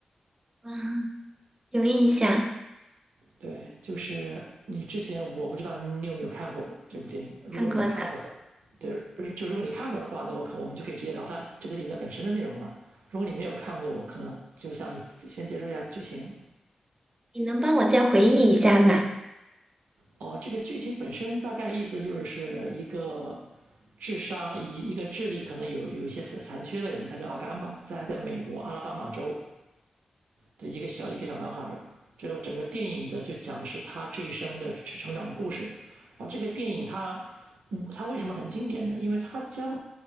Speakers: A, on the right; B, on the right.
A: 嗯，有印象，
B: 对，就是你之前我不知道你有没有看过这部电影，如果你看过的，
A: 看过的。
B: 对，就如果你看过的话，那我可我们就可以直接聊它这个电影的本身的内容了。如果你没有看过，我可能就向你先介绍一下剧情。
A: 你能帮我再回忆一下吗？
B: 哦，这个剧情本身大概意思就是是一个智商以一个智力可能有有一些残残缺的人，他叫阿甘吧，在在美国阿拉巴马州的一个小一个小男孩这个整个电影的就讲的是他这一生的成成长的故事。然后这个电影它嗯它为什么很经典呢？因为它将